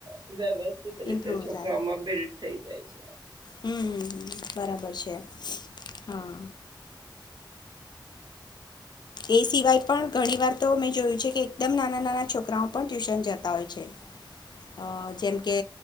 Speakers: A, on the right; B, on the left.
A: બરાબર. <unintelligible> રીતે
B: ઇમ્પ્રુવ
A: છોકરાઓમાં
B: થાય
A: બિલ્ડ થઈ જાય છે.
B: હમ હમ બરાબર છે હા. એ સિવાય પણ ઘણી વાર તો મેં જોયું છે કે એકદમ નાના-નાના છોકરાઓ પણ ટ્યુશન જતા હોય છે. અહ જેમ કે